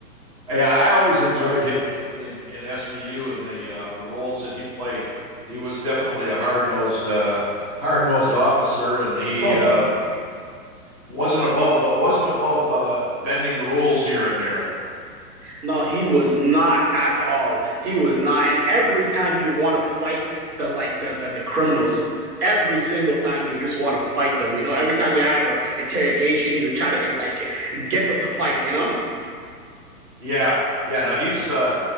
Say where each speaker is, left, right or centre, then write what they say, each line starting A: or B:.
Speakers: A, on the right; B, on the right.
A: Yeah, I always enjoyed him in in SVU and the uh, the roles that he played. He was definitely a hard-nosed uh, <laughs> hard-nosed officer, and he
B: Oh
A: uh, wasn't above wasn't above uh, bending the rules here and there.
B: no, he was not at all. He was not. And every time he would want to fight the like the, the the criminals. Every single time he would just want to fight them. You know, every time they have a interrogation, he would try to like get them to fight. You know.
A: Yeah, yeah. No, he's uh,